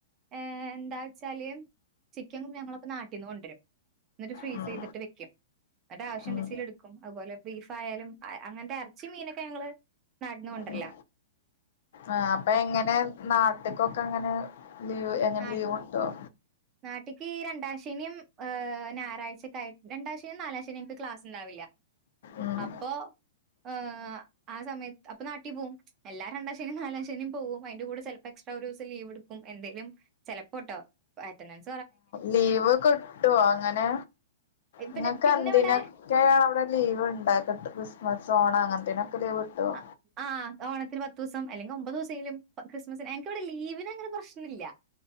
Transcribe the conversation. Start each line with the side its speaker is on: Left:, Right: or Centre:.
Right: ഏഹ് എന്താ വച്ചാല് ചിക്കൻ ഞങ്ങളപ്പോ നാട്ടീന്ന് കൊണ്ടുവരും എന്നിട്ട് ഫ്രീസ്
Left: ഉം
Right: ചെയ്തിട്ട് വെയ്ക്കും അന്നിട്ട് ആവശ്യണ്ടചാലു
Left: ഉം
Right: എടുക്കും എടുക്കും അതുപോലെ ബീഫായാലും ആഹ് അങ്ങനത്തെ എറച്ചി മീനൊക്കെ ഞങ്ങള് നാട്ടീന്നു കൊണ്ടു വരലാ
Left: ഉം. ആഹ് അപ്പ എങ്ങനെ നാട്ടിക്കൊക്കെ അങ്ങനെ ലീവ് എങ്ങനെ
Right: നാ
Left: ലീവ് കിട്ടുവോ
Right: നാട്ടിക്ക് ഈ രണ്ടാം ശനി ഏഹ് ഞായറാഴ്ചക്കായി രണ്ടാം ശനി നാലാം ശനി നിക്ക് ക്ലാസ് ഉണ്ടാവില്ല
Left: ഉം
Right: അപ്പൊ ഏഹ് ആ സമയത്ത് അപ്പൊ നാട്ടി പോവും എല്ലാ രണ്ടാം ശനിയും നാലാം ശനിയും പോവും അതിന്റെ കൂടെ ചിലപ്പോ എക്സ്ട്രാ ഒരു ദിവസം ലീവ് എടുക്കും എന്തേലും ചെലപ്പോ ട്ടോ <unintelligible>
Left: ലീവ് കിട്ടുവോ അങ്ങനെ നിങ്ങക്ക്
Right: പിന്നെ പിന്നെ
Left: എന്തിനൊക്കെയാ
Right: ഇവിടെ
Left: അവിടെ ലീവ് ഉണ്ടാകു ക്രിസ്മസ് ഓണ അങ്ങനത്തേനൊക്കെ ലീവ് കിട്ടുവോ
Right: അ ആ ഓണത്തിന് പത്ത് ദിവസം അല്ലെങ്കിൽ ഒമ്പത് ദിവസേലും ക്രിസ്മസിനെ എനയ്ക്കിവിടെ ലീവിന് അങ്ങനെ പ്രശനില്ല